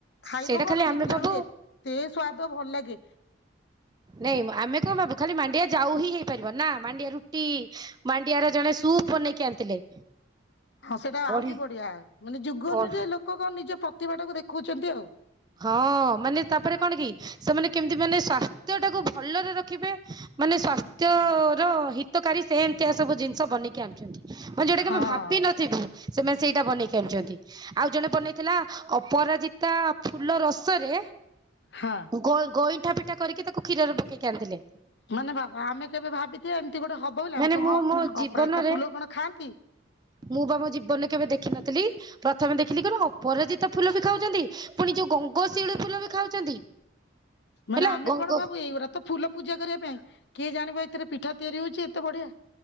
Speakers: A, on the left (about 60°); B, on the right (about 20°).
A: ଖାଇବ
B: ସେଇଟା
A: କଣ
B: ଖାଲି ଆମେ
A: ଦେଖିଲା
B: ଭାବୁ
A: ବେଳକୁ ଏତେ ସ୍ୱାଦ ଭଲ ଲାଗେ।
B: ନାଇଁ ଆମେ କଣ ଭାବୁ ଖାଲି ମାଣ୍ଡିଆ ଯାଉ ହିଁ ହେଇପାରିବ ନା ମାଣ୍ଡିଆ ରୁଟି। ମାଣ୍ଡିଆର ଜଣେ ସୁପ୍ ବନେଇକି ଆଣିଥିଲେ।
A: ହଁ ସେଟା
B: ବଢି
A: ଆହୁରି ବଢିଆ ମାନେ ଯୁଗ
B: ବଢ
A: ଅନୁଯାୟୀ ଲୋକ କଣ ନିଜ ପ୍ରତିଭାଟାକୁ ଦେଖୋଉଛନ୍ତି ଆଉ।
B: ହଁ ମାନେ ତାପରେ କଣ କି ସେମାନେ କେମିତି ମାନେ ସ୍ଵାସ୍ଥ୍ୟଟାକୁ ଭଲରେ ରଖିବେ ମାନେ ସ୍ଵାସ୍ଥ୍ୟର ହିତକାରୀ ସେମତିଆ ସବୁ ଜିନିଷ ବନେଇକି ଆଣୁଛନ୍ତି। ମାନେ ଯୋଉଟା
A: ହଁ
B: କେବେ ଭାବିିନଥିବୁ। ସେମାନେ ସେଇଟା ବନେଇକି ଆଣୁଚନ୍ତି ଆଉ ଜଣେ ବନେଇଥିଲା ଅପରାଜିତା ଫୁଲ ରସରେ
A: ହଁ।
B: ଗଇଁ-ଗଇଁଠା ପିଠା କରିକି ତାକୁ କ୍ଷୀରରେ ପକେଇକି ଆଣିଥିଲେ।
A: ମାନେ ଭାବ ଆମେ କେବେ ଭାବିଥିବା ଏମିତି ଗୋଟେ ହବ ବୋଲି
B: ମାନେ
A: ଆମେ କହୁ
B: ମୁଁ
A: ହଁ
B: ମୋ ଜୀବନରେ
A: ଅପରାଜିତା ଫୁଲ କଣ ଖାଆନ୍ତି?
B: ମୁଁ ବା ମୋ ଜୀବନରେ କେବେ ଦେଖିନଥିଲି ପ୍ରଥମେ ଦେଖିଲି କଣ ଅପରାଜିତା ଫୁଲ ବି ଖାଉଛନ୍ତି? ପୁଣି ଯୋଉ ଗଙ୍ଗଶିଉଳି ଫୁଲ ବି ଖାଉଛନ୍ତି।
A: ମାନେ
B: ହେଲା
A: ଆମେ
B: ଗଙ୍ଗ
A: କଣ ଭାବୁ ଏଇଗୋରା ତ ଫୁଲ ପୂଜା କରିବା ପାଇଁ କିଏ ଜାଣିବ ଏଥିରେ ପିଠା ତିଆରି ହୋଉଛି ଏତେ ବଢିଆ।